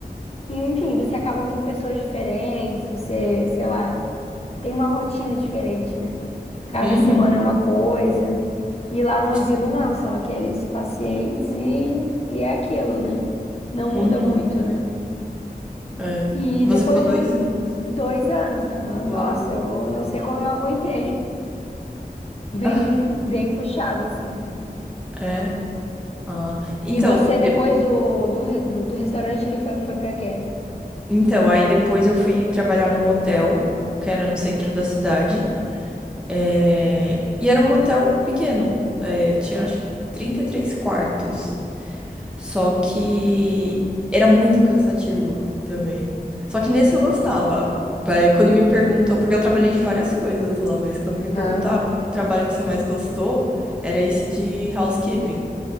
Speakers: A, on the left (about 40°); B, in the centre.
A: enfim, você acaba vendo pessoas diferentes, você, sei lá. tem uma rotina diferente, né? Cada
B: Uhum.
A: semana é uma coisa. E lá no asilo
B: Sim.
A: não, são aqueles pacientes e, e é aquilo, né? Não muda
B: Uhum.
A: muito, né?
B: É.
A: E
B: E
A: depois
B: Você ficou
A: de
B: dois anos.
A: dois anos, aham, nossa,
B: Uau.
A: eu
B: Bastante.
A: não sei como eu aguentei. Bem,
B: <laughs>
A: bem puxado, assim.
B: É. Ah. Então,
A: E você,
B: de-
A: depois do, do, re- do, do restaurante, ele foi, foi pra quê?
B: então, aí depois eu fui trabalhar num hotel, que era no centro da cidade. É, E era um hotel pequeno. é, Tinha acho que 33 quartos. Só que era muito cansativo também. Só que nesse eu gostava. Pa- Quando me perguntou, porque eu trabalhei de várias coisas lá, mas quando me perguntou,
A: Aham,
B: ah, qual o trabalho que você mais gostou, era esse de housekeeping.